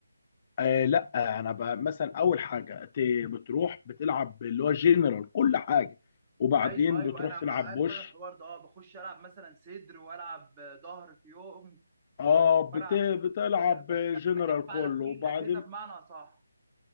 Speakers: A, on the left (about 30°); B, on the right (about 20°).
A: آه لا آه، انا بقى مثلا اول حاجه ت- بتروح بتلعب اللي هو جنرال كل حاجه وبعدين
B: ايوه ايوه
A: بتروح
B: انا
A: تلعب
B: عارف
A: بوش
B: انا الحوار ده اه بخش العب مثلا صدر والعب ظهر في يوم
A: اه
B: و- والعب
A: بت... بتلعب
B: كده ب-
A: جنرال
B: بلف على
A: كله
B: كل
A: وبعدين
B: الاجهزه بمعنى اصح